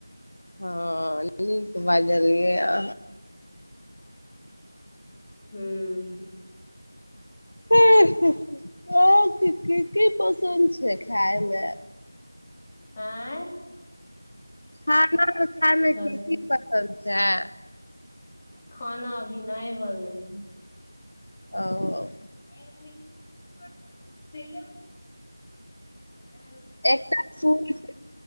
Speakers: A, on the left (about 60°); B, on the left (about 20°).
A: हँअ नीक बाजलियै अ
B: हूँ
A: ऐं हि हि अंय की की कीप पसन्द छै खाय मे
B: आँय
A: खाना खाायमे
B: दस
A: की
B: मिनट
A: की पसन्द छै
B: खाना अभी नहि बनलै या
A: औअ
B: म <inaudible> आ
A: एकटा सूट
B: <inaudible>